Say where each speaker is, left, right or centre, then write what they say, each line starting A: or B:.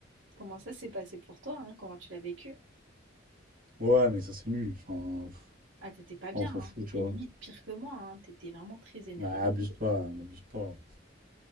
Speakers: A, on the right; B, on the right.
A: Comment ça s'est passé pour toi, hein, Comment tu l'as vécu?
B: Ouais, mais ça c'est nul. Enfin, pff,
A: Ah, t'étais pas
B: ça
A: bien,
B: on s'en
A: hein.
B: fout,
A: T'étais
B: tu vois.
A: limite pire que moi, hein. T'étais vraiment très énervée.
B: Nah, abuse pas, abuse pas.